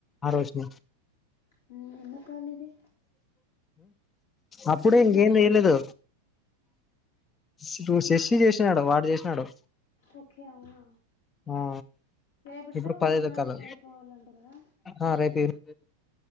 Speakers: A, on the left; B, on the left.
A: ఆ రోజు
B: అన్నో కాల్ ఇది
A: అప్పుడే
B: అవునా
A: ఇంకేం చేయలేదు ఇప్పుడు
B: హ
A: శశి చేసినాడు వాడు చేసినాడు
B: ఓకే అవునా
A: ఆ
B: సేబటు
A: ఇప్పుడు పదైదు
B: మన్నాడికియిపోవలంట
A: ఎక్కాల
B: కూదా
A: ఆ రేపు ఈవినింగ్